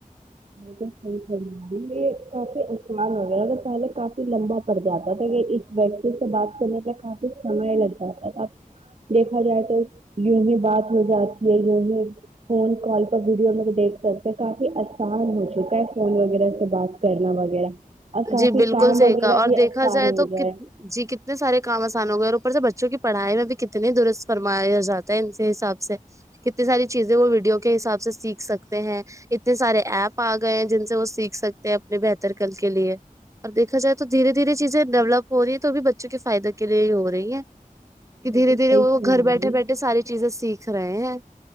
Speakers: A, on the right; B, on the right.
A: ب تو صحیح فرما رہی ہے کافی آسان وغیرہ تو پہلے کافی لمبا پڑ جاتا تھا کہ ایک ویکتی سے بات کرنے پ کافی سمے لگ جاتا تھا دیکھا جائے تو یوہی بات ہو جاتی ہے یوہی فون کال ویڈیو میں دیکھ سکتے ہیں کافی آسان ہو چکا ہے فون وغیرہ سے بات کرنا وغیرہ اور کافی
B: جی بالکل
A: کام
B: صحیح
A: وغیرہ
B: کا اور
A: بھی
B: دیکھا
A: آسان
B: جائے
A: ہو
B: تو
A: گیا
B: کت
A: ہے
B: جی کتنے سارے کام آسان ہو گئے اور اوپر سے بچوں کی پڑھائی میں بھی کتنی درست فرمایا جاتا ہے ان سے حساب سے کتنی ساری چیزیں وہ ویڈیو کے حساب سے سیکھ سکتے ہیں اتنے سارے ایپ آ گئے ہیں جن سے وہ سیکھ سکتے ہیں اپنے بہتر کل کے لیے اور دیکھا جائے تو دھیرے دھیرے چیزیں ڈیولپ ہو رہی ہے تو وہ بھی بچوں کے فائدے کے لیے ہی ہو رہی ہیں کی
A: بالکل
B: دھیرے
A: صحیح
B: دھیرے وہ
A: فرما
B: گھر بیٹھے
A: رہی
B: بیٹھے
A: ہے
B: ساری چیزیں سیکھ رہے ہیں